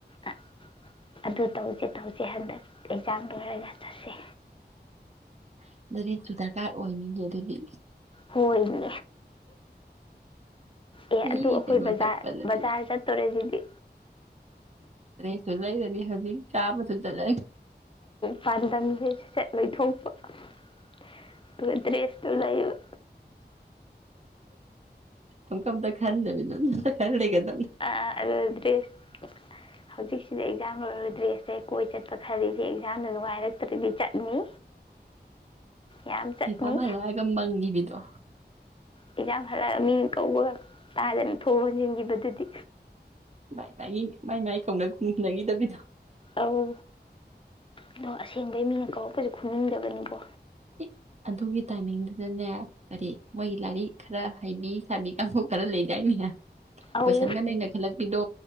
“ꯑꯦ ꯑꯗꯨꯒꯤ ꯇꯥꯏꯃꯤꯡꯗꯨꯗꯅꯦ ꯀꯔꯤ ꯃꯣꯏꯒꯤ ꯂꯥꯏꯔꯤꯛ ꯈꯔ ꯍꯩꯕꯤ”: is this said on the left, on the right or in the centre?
Right